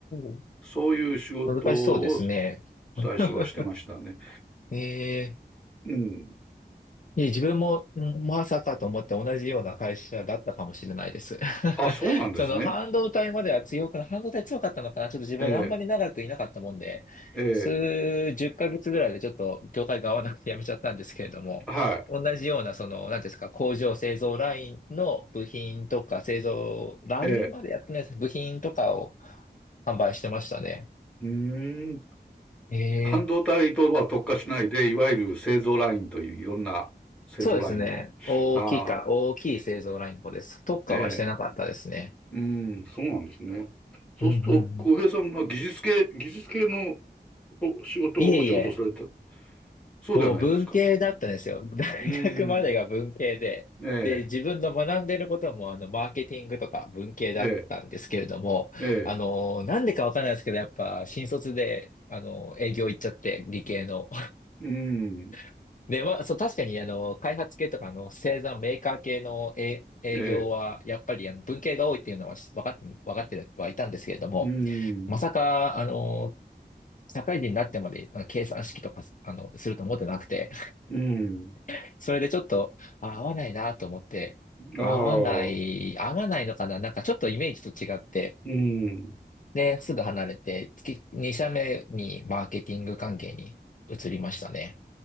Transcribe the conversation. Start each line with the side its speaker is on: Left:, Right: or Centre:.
Left: ー、
Centre: そういう仕事を
Left: 難しそうですね。<laughs>
Centre: 最初はしてましたね。
Left: ええ
Centre: うん。
Left: いえ、自分もんまさかと思って同じような会社だったかもしれないです。<laughs>
Centre: あ、そうなんですね。
Left: その半導体までは強くな、半導体強かったのかなちょっと自分あんまり長くいなかったもんで、
Centre: ええ、ええ、
Left: 数十ヶ月ぐらいでちょっと業界が合わなくて辞めちゃったんですけれども、
Centre: は
Left: 同じようなその、なんていうんですか、工場製造ラインの部品とか製造ラインまでやってないですね。
Centre: い、ええ、
Left: 部品とかを販売してましたね。
Centre: うーん、
Left: え
Centre: 半導体とは特化しないで、
Left: え。
Centre: いわゆる製造ラインといういろんな製造ラインの、
Left: そうですね。大きいか、
Centre: ああ、
Left: 大きい製造ラインの方です。特化はしてなかったですね。
Centre: ええ、うん、そうなんですね。
Left: うんうんうん。
Centre: そうすると、浩平さんは技術系、技術系のお仕事を、
Left: いえいえ、
Centre: お仕事をされた、そうではないですか。
Left: もう文系だったんですよ。<laughs> 大学までが文系で、
Centre: うーん、ええ、
Left: で、自分の学んでることも、あの、マーケティングとか文系だったんですけれども、
Centre: ええ、ええ、
Left: あの、なんでかわかんないですけど、やっぱ、新卒で、あの、営業行っちゃって、理系の。
Centre: うーん、
Left: <laughs> で、まあ、そう、確かに、あの、開発系とか、あの、製造メーカー系の営営業は、
Centre: ええ、
Left: やっぱり、あの、文系が多いっていうのはし分かって、分かってはいたんですけれども、
Centre: うーん、
Left: まさか、あの、社会人になってまであの計算式とか、あの、すると思ってなくて、
Centre: うーん、
Left: <laughs> それでちょっと、あ合わないなと思って、合わない、
Centre: ああ、う
Left: 合わないのかななんかちょっとイメージと違って、
Centre: ーん、
Left: で、すぐ離れて、月、2社目にマーケティング関係に移りましたね。